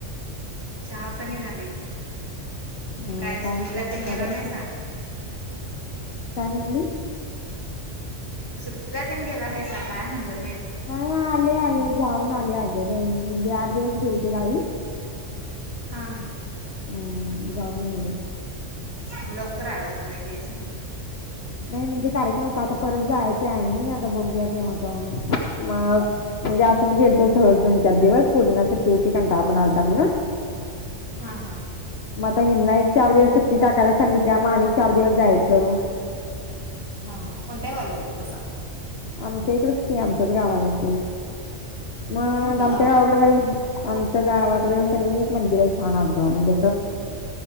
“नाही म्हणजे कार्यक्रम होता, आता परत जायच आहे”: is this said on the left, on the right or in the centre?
Left